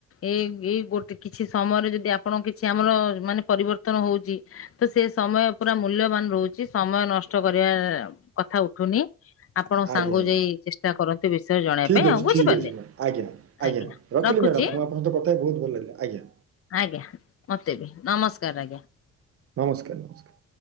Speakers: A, on the left; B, on the right.
A: ଏଇ-ଏଇ ଗୋଟେ କିଛି ସମୟରେ ଯଦି ଆପଣଙ୍କ କିଛି ଆମର ମାନେ ପରିବର୍ତ୍ତନ ହଉଚି ତ ସେ ସମୟ ପୁରା ମୂଲ୍ୟବାନ୍ ରହୁଛି ସମୟ ନଷ୍ଟ କରିବା କଥା ଉଠୁନି। ଆପଣ
B: ଆଜ୍ଞା
A: ସାଙ୍ଗକୁ
B: ଆଜ୍ଞା
A: ଯାଇ ଚେଷ୍ଟା କରନ୍ତୁ ଜଣେଇବା
B: ଠିକ୍
A: ପାଇଁ
B: ଅଛି
A: ଆଉ ବୁଝିପାରିଲେ
B: ଠିକ୍ ଅଛି ଆଜ୍ଞା-ଆଜ୍ଞା
A: ଆଜ୍ଞା
B: ରଖିଲି
A: ରଖୁଛି
B: ମ୍ୟାଡମ୍ ମୁଁ ଆପଣଙ୍କ ସହିତ କଥା ହେଇ ବହୁତ୍ ଭଲ ଲାଗିଲା ଆଜ୍ଞା।
A: ଆଜ୍ଞା ମତେ ବି ନମସ୍କାର ଆଜ୍ଞା।
B: ନମସ୍କାର-ନମସ୍କାର।